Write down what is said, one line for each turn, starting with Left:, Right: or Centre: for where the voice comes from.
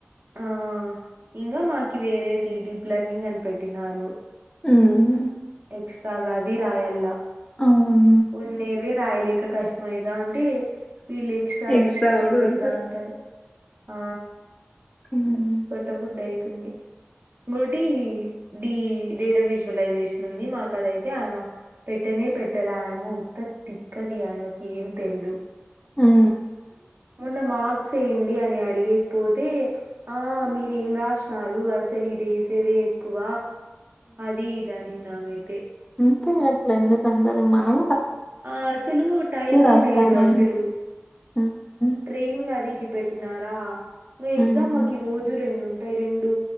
Right: ఆఅ ఇంగ మాకి వేరేదిది లర్నింగ్ అని పెట్టినారు
Left: ఊమ్
Right: ఇష్త గది రాయల్ల
Left: అవును
Right: ఉండేవే రాయలేక కష్టమైతాంది కాబట్టి వీళ్ళు ఎక్స్ట్రాలు
Left: ఎక్స్ట్రా
Right: ఎక్స్ట్రాలు
Left: కూడా
Right: పెడతా
Left: పెడతారు
Right: అంటారు ఆ
Left: ఉమ్
Right: కొట్టబుద్దయి అయితుంది ఇంకోటి డి డేటా విజువలైజేషన్ ఉంది మాకు అదైతే ఆమె పెట్టనే పెట్టల ఆ ఉ ఉత్త తిక్కది ఆమెకి ఏం తెల్దు
Left: ఊఉ
Right: మెన్న మాక్ మార్క్స్ వేయండి అని అడిగేకిపోతే ఆ మీరేం రాసినారు అసలు ఇది ఏసేదే ఎక్కువ అది ఇది అనింది ఆమైతే
Left: ఊరికే అట్లా ఎందుకంటారు మనం
Right: ఆ అసలు టైమే
Left: రాస్తామా
Right: లేదు అసలు
Left: ఉమ్
Right: ట్రైనింగ్ అది ఇది పెట్టినార మీ ఎగ్జామ్
Left: ఉమ్
Right: మాకి రోజు రెండుం ఉంటాయి రెండు